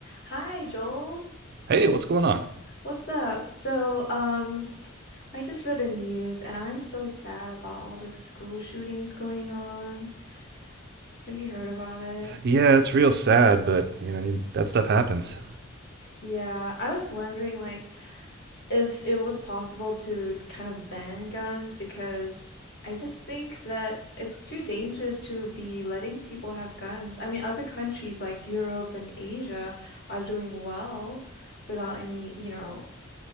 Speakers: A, on the left; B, on the right.
A: Hi, Joel.
B: hey, what's going on?
A: What's up? So, um, I just read the news and I'm so sad about all the school shootings going on. Have you heard about it?
B: Yeah, it's real sad, but you know, I mean, that stuff happens.
A: Yeah, I was wondering like if it was possible to kind of ban guns because I just think that it's too dangerous to be letting people have guns. I mean, other countries like Europe and Asia are doing well without any, you know,